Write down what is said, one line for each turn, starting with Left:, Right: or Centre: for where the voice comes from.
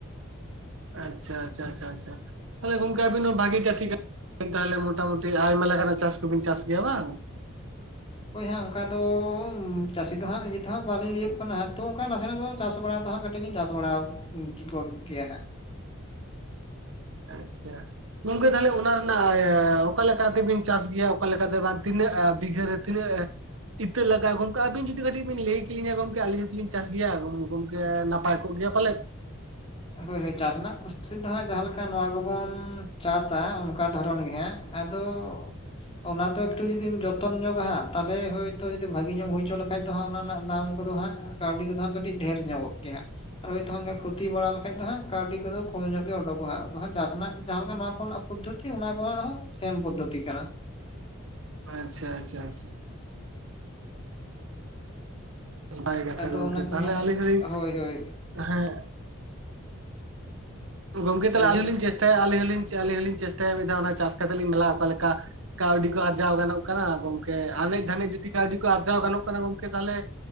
Right: ᱟᱪᱪᱷᱟ ᱟᱪᱪᱚ ᱟᱪᱪᱷᱟ ᱟᱪᱷᱟ ᱾ ᱛᱟᱦᱚᱞᱮ ᱜᱚᱝᱠᱮ ᱟᱵᱤᱱ ᱦᱚᱸ ᱵᱷᱟᱜᱤ ᱪᱟᱹᱥᱤ <unintelligible> ᱛᱟᱦᱚᱞᱮ ᱢᱚᱴᱟᱢᱩᱴᱤ ᱟᱭᱢᱟ ᱞᱮᱠᱟᱱᱟᱜ ᱪᱟᱥ ᱠᱚᱵᱤᱱ ᱪᱟᱥ ᱜᱮᱭᱟ ᱵᱟᱝ ᱾
Left: ᱦᱳᱭ ᱦᱟᱸᱜ ᱚᱱᱠᱟ ᱫᱚ ᱪᱟᱹᱥᱤ ᱫᱚ ᱦᱟᱸᱜ ᱤᱭᱟᱹ ᱛᱮᱦᱟᱸᱜ ᱵᱟᱹᱞᱤᱧ ᱞᱟᱹᱭᱚᱜ ᱠᱟᱱᱟ ᱦᱟᱸᱜ ᱛᱚ ᱚᱱᱚᱠᱟ ᱱᱟᱥᱮ ᱱᱟᱜ ᱫᱚ ᱾ ᱪᱟᱥ ᱵᱟᱲᱟ ᱫᱚ ᱦᱟᱸᱜ ᱠᱟᱹᱴᱤᱡ ᱞᱤᱧ ᱪᱟᱥ ᱵᱟᱲᱟ <unintelligible> ᱜᱮᱭᱟ ᱦᱟᱸᱜ ᱾
Right: ᱟᱪᱪᱷᱟ ᱾ ᱜᱚᱝᱠᱮ ᱛᱟᱦᱞᱮ ᱚᱱᱟ ᱨᱮᱱᱟᱜ ᱚᱠᱟ ᱞᱮᱠᱟ ᱛᱮᱵᱤᱱ ᱪᱟᱥ ᱜᱮᱭᱟ ᱚᱠᱟᱞᱮᱠᱟ ᱞᱮᱠᱟᱛᱮ ᱵᱟᱝ ᱛᱤᱱᱟᱹᱜ ᱵᱤᱜᱷᱟᱹ ᱨᱮ ᱾ ᱛᱤᱱᱟᱹᱜ ᱤᱛᱟᱹ ᱞᱟᱜᱼᱟ ᱜᱚᱢᱠᱮ ᱟᱵᱤᱱ ᱡᱩᱫᱤ ᱠᱟᱹᱴᱤᱡ ᱵᱤᱱ ᱞᱟᱹᱭ ᱠᱮᱞᱤᱧᱟ ᱜᱚᱝᱠᱮ ᱟᱞᱤᱧ ᱡᱚᱛᱚ ᱞᱤᱧ ᱪᱟᱥ ᱜᱮᱭᱟ ᱜᱚᱝᱠᱮ ᱾ ᱱᱟᱯᱟᱭ ᱠᱚᱜ ᱜᱮᱭᱟ ᱯᱟᱞᱮᱫ ᱾
Left: ᱦᱮ ᱾ ᱦᱳᱭ ᱦᱳᱭ ᱪᱟᱥ ᱨᱮᱱᱟᱜᱱ <unintelligible> ᱫᱚ ᱦᱟᱸᱜ ᱡᱟᱦᱟᱸ ᱞᱮᱠᱟ ᱱᱚᱣᱟ ᱠᱚᱵᱚᱱ ᱪᱟᱥᱟ ᱚᱱᱠᱟ ᱫᱷᱚᱨᱚᱱ ᱜᱮ ᱦᱟᱸᱜ ᱾ ᱟᱫᱚ ᱾ ᱚᱱᱟ ᱫᱚ ᱮᱠᱴᱩ ᱡᱩᱫᱤᱢ ᱡᱚᱛᱚᱱ ᱧᱚᱜᱟ ᱛᱟᱦᱚᱞᱮ ᱦᱚᱭᱛᱳ ᱡᱚᱫᱤ ᱵᱷᱟᱜᱤ ᱧᱚᱜ ᱮᱢ ᱦᱩᱭ ᱦᱚᱪᱚ ᱞᱮᱠᱷᱟᱱ ᱾ ᱱᱤᱛᱚᱜ <unintelligible> ᱚᱱᱟ ᱨᱮᱱᱟᱜ ᱫᱟᱢ ᱠᱚᱫᱚ ᱦᱟᱸᱜ ᱠᱟᱹᱣᱰᱤ ᱠᱚᱫᱚ ᱦᱟᱸᱜ ᱠᱟᱹᱴᱤᱡ ᱰᱷᱮᱨ ᱧᱚᱜᱟᱜ ᱜᱮᱭᱟ ᱦᱟᱸᱜ ᱟᱨ ᱦᱳᱭᱛᱳ ᱾ ᱠᱷᱚᱛᱤ ᱵᱟᱲᱟ ᱞᱮᱠᱷᱟᱡ ᱫᱚ ᱦᱟᱸᱜ ᱠᱟᱹᱣᱰᱤ ᱠᱚᱫᱚ ᱠᱚᱢ ᱧᱚᱜ ᱜᱮ ᱚᱰᱩᱠᱚᱜᱼᱟ ᱦᱟᱜ ᱵᱟᱝ ᱠᱷᱟᱱ ᱪᱟᱥ ᱨᱮᱱᱟᱜ ᱡᱟᱦᱟᱸ ᱞᱮᱠᱟ ᱱᱚᱣᱟ ᱠᱚᱨᱮᱱᱟᱜ ᱯᱚᱫᱽᱫᱷᱚᱛᱤ ᱾ ᱚᱱᱟ ᱠᱚ ᱦᱚᱸ ᱥᱮᱢ ᱯᱚᱫᱽᱫᱷᱚᱛᱤ ᱠᱟᱱᱟ ᱾
Right: ᱟᱪᱪᱷᱟ ᱟᱪᱪᱷᱟ ᱟᱪᱪᱷᱟ ᱾ ᱱᱟᱯᱟᱭ ᱠᱟᱛᱷᱟ
Left: ᱟᱫᱚ
Right: ᱜᱚᱢᱠᱮ
Left: ᱚᱱᱟ
Right: ᱛᱟᱦᱚᱞᱮ
Left: ᱜᱮ ᱦᱟᱸᱜ
Right: ᱟᱞᱤᱧ ᱦᱚᱸ ᱞᱤᱧ,
Left: ᱦᱳᱭ ᱦᱳᱭ
Right: ᱦᱮᱸ ᱾ ᱜᱚᱝᱠᱮ
Left: ᱞᱟᱹᱭ
Right: ᱛᱟᱦᱚᱞᱮ ᱟᱞᱤᱧ
Left: ᱵᱮᱱ
Right: ᱦᱚᱸᱞᱤᱧ ᱪᱮᱥᱴᱟᱭᱟ ᱟᱞᱤᱧ ᱦᱚᱸ ᱞᱤᱧ ᱪᱮᱥᱴᱟᱭᱟ ᱢᱤᱫ ᱫᱷᱟᱣ ᱚᱱᱟ ᱪᱟᱥ ᱠᱟᱛᱮᱫ ᱞᱤᱧ ᱧᱮᱞᱟ ᱚᱠᱟᱞᱮ ᱞᱮᱠᱟ ᱾ ᱠᱟᱹᱣᱰᱤ ᱠᱚ ᱟᱨᱡᱟᱣ ᱜᱟᱱᱚᱜ ᱠᱟᱱᱟ ᱜᱚᱝᱠᱮ ᱟᱱᱮᱡ ᱫᱷᱟᱱᱮᱡ ᱡᱚᱫᱤ ᱠᱟᱹᱣᱰᱤ ᱠᱚ ᱟᱨᱡᱟᱣ ᱜᱟᱱᱚᱜ ᱠᱟᱱᱟ ᱜᱚᱝᱠᱮ ᱛᱟᱦᱚᱞᱮ